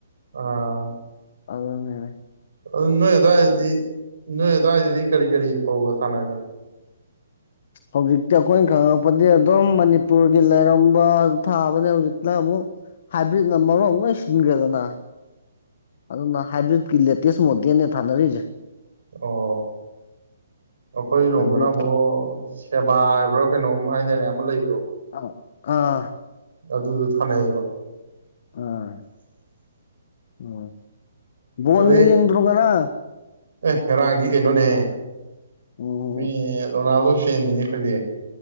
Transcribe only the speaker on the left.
ꯑꯗꯨ ꯃꯅꯦ
ꯍꯧꯖꯤꯛꯇꯤ ꯑꯩꯈꯣꯏꯅ ꯈꯪꯛꯄꯗꯤ ꯑꯗꯨꯝ ꯃꯅꯤꯄꯨꯔꯒꯤ ꯂꯩꯔꯝꯕ ꯊꯥꯕꯅꯦ ꯍꯧꯖꯤꯛꯇꯛꯅ ꯑꯃꯨꯛ ꯍꯥꯏꯕ꯭ꯔꯤꯠꯅ ꯃꯔꯣ ꯂꯣꯏ ꯁꯤꯟꯈ꯭ꯔꯦꯗꯅ ꯑꯗꯨꯅ ꯍꯥꯏꯕ꯭ꯔꯤꯠꯀꯤ ꯂꯦꯇꯦꯁ ꯃꯣꯗꯦꯟꯅ ꯊꯥꯅꯔꯤꯁꯦ
ꯍꯥꯏꯕ꯭ꯔꯤꯠꯀꯤ
ꯑ ꯑꯥ
ꯑꯥ ꯎꯝ ꯕꯣꯟꯒꯤ
ꯌꯦꯡꯗꯔꯣꯛꯀ
ꯎꯝ